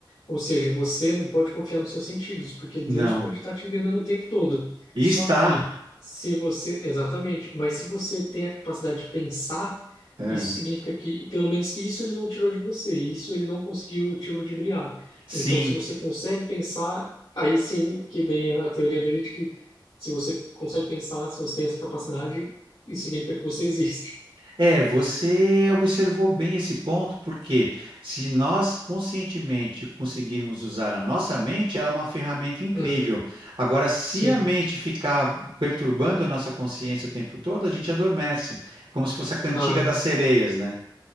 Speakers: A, on the left; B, on the right.
A: Ou seja, você não pode confiar nos seus sentidos, porque Deus
B: Não.
A: pode estar te enganando o tempo todo.
B: E
A: Só
B: está.
A: que se você, exatamente, mas se você tem a capacidade de pensar,
B: É.
A: isso significa que pelo menos isso ele não tirou de você, isso ele não conseguiu te ludibriar.
B: Sim.
A: Então, se você consegue pensar, aí sim que vem a teoria dele de que se você consegue pensar, se você tem essa capacidade, isso significa que você existe. <laughs>
B: É, você observou bem esse ponto, porque se nós conscientemente conseguirmos usar a nossa mente, ela é uma ferramenta incrível.
A: Uhum.
B: Agora, se
A: Sim,
B: a mente ficar perturbando a nossa consciência o tempo todo, a gente adormece. É como se fosse a cantiga
A: claro.
B: das sereias, né?